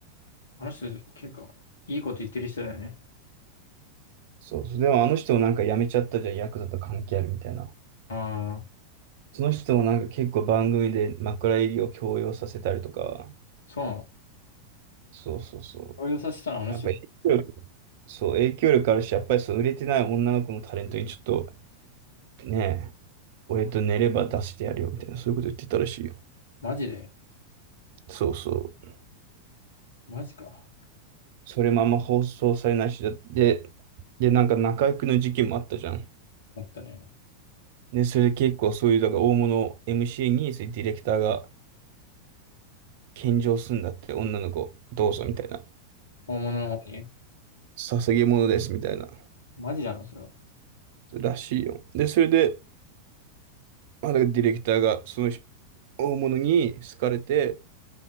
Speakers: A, on the left; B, on the right.
A: あの人、結構、いいこと言ってる人だよね。
B: そうそう。でもあの人もなんか辞めちゃったじゃん、ヤクザと関係あるみたいな。
A: ああ、
B: その人もなんか結構番組で枕営業を強要させたりとか、
A: そうなの。
B: そうそうそう。
A: 動揺させたの、あの人、
B: やっぱり影響力、そう、影響力あるし、やっぱりそう、売れてない女の子のタレントにちょっと、ねえ、俺と寝れば出してやるよみたいな、そういうこと言ってたらしいよ。
A: マジで、
B: そうそう。
A: マジか。
B: それもあんま放送されないしだって、で、で、なんか中居君の事件もあったじゃん。
A: 思ったね。
B: で、それで結構そういう、だから大物 MC に、そういうディレクターが献上するんだって、女の子、どうぞみたいな。
A: 本物の方に。
B: さ捧げ物ですみたいな。
A: マジなの、それは。
B: らしいよ。で、それで、まあ、だからディレクターがその人大物に好かれて、